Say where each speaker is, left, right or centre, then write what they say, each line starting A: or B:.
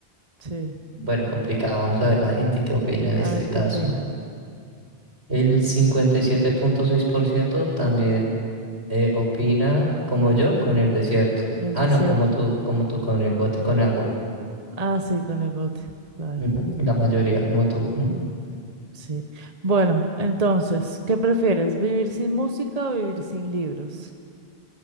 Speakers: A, on the right; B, on the right.
A: Sí,
B: Bueno, complicado, vamos a ver la gente qué opina en
A: a
B: este
A: ver
B: caso.
A: qué opinan
B: El cincuenta y siete punto seis por ciento también eh, opina como yo con el desierto.
A: del
B: Ah,
A: desierto.
B: no, como tú, como tú con el bote con agua.
A: Ah, sí, con el bote, claro.
B: Ujú, La mayoría como tú.
A: Mm, Sí. Bueno, entonces, ¿qué prefieres? ¿Vivir sin música o vivir sin libros?